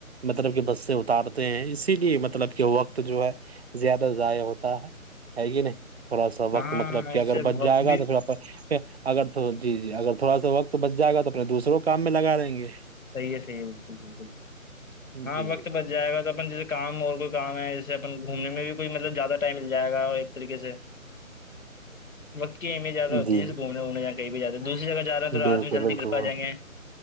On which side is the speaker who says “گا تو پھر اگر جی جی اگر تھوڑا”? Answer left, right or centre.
Right